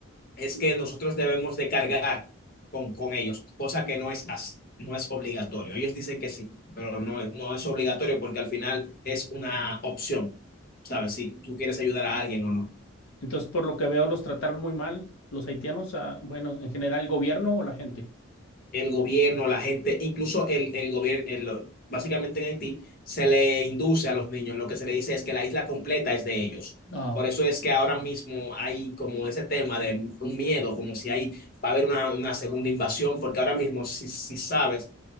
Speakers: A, on the left; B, on the left.
A: es que nosotros debemos de cargar con, con ellos, cosa que no es así. No es obligatorio. Ellos dicen que sí, pero no, es- no es obligatorio porque al final es una opción, ¿sabes? Si tú quieres ayudar a alguien o no.
B: Entonces, por lo que veo, los trataron muy mal los haitianos, a- bueno, en general, el gobierno o la gente.
A: el gobierno, la gente, incluso el, el gobierno, básicamente en Haití, se le induce a los niños, lo que se le dice es que la isla completa es de ellos.
B: Ah,
A: Por
B: ok.
A: eso es que ahora mismo hay como ese tema de un miedo, como si hay, va a haber una, una segunda invasión, porque ahora mismo, si, si sabes,